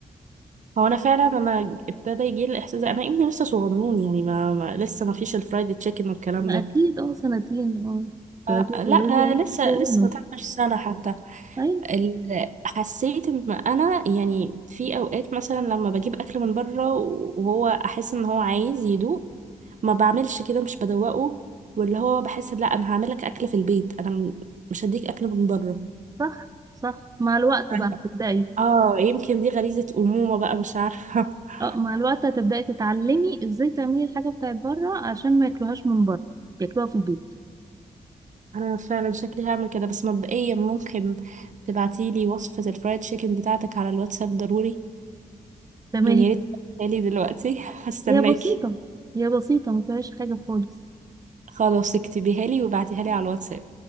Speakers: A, on the right; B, on the right.
A: هو انا فعلا انا ابتدى يجي لي الاحساس ده. انا ابني لسه صغنون يعني ما, ما لسه ما فيش الفرايد تشيكن والكلام
B: ما
A: ده
B: أكيد اه سنتين اه سنتين
A: آه آه، لا
B: بيقولوا
A: ده
B: لي يعني
A: لسه
B: صغنن
A: لسه ما تعملش سنه حتى
B: أيوة
A: ال- حسيت ان انا يعني في اوقات مثلا لما بجيب اكل من بره وهو احس ان هو عايز يدوق ما بعملش كده مش بدوقه واللي هو بحس لا انا هعمل لك اكل في البيت انا م- مش هديك اكل من بره
B: صح صح مع الوقت
A: أيوة.
B: بقى تبدأي
A: اه يمكن دي غريزة أمومة بقى مش عارفة <laughs>
B: اه مع الوقت هتبدأي تتعلمي ازاي تعملي الحاجة بتاعت بره عشان ما ياكلوهاش من بره ياكلوها في البيت
A: أنا فعلا شكلي هعمل كده بس مبدئيا ممكن تبعتيلي وصفة الفرايد تشيكن بتاعتك على الواتساب ضروري
B: تمام
A: يعني يا ريت تبعتيها لي دلوقتي <laughs> هستناكي
B: هي بسيطة هي بسيطة ما فيهاش حاجة خالص
A: خلاص اكتبيها لي وبعتيها لي على الواتساب